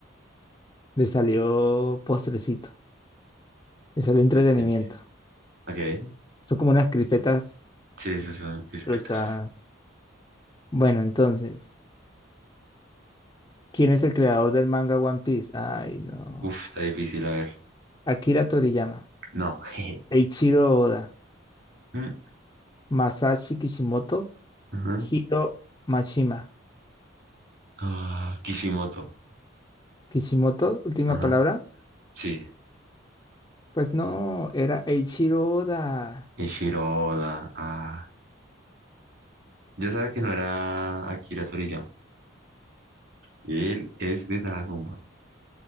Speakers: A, on the left; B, on the right.
A: Le salió postrecito, le salió entretenimiento.
B: Pues tres. Ok.
A: Son como unas cripetas
B: Sí, esos son crispetas.
A: rosas. Bueno, entonces, ¿quién es el creador del manga One Piece? Ay, no.
B: Uf, está difícil, a ver.
A: Akira Toriyama.
B: No. <laughs> jeje.
A: Eiichiro Oda.
B: Mm,
A: Masashi Kishimoto,
B: ujú.
A: Hiro Mashima.
B: Ah, Kishimoto.
A: Kishimoto, última
B: Ajá.
A: palabra.
B: Sí.
A: Pues no, era Eiichiro Oda.
B: Ishiroda. Ah. Yo sabía que no era Akira Toriyama. que Él es de Dragon Ball.